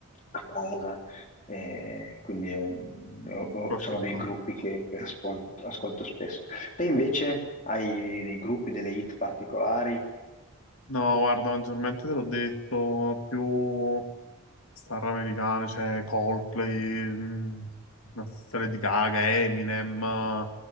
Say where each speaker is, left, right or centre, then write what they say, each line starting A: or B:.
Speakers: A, on the left; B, on the left.
A: a casa. Eh, quindi ehm, ho- ho-
B: Qualche
A: sono dei
B: cosa?
A: gruppi che, che ascolto, ascolto spesso. Te invece hai dei gruppi, delle hit particolari?
B: No, guarda, maggiormente te l'ho detto, più star americane, cioè Coldplay, mh, una serie di Gaga, Eminem,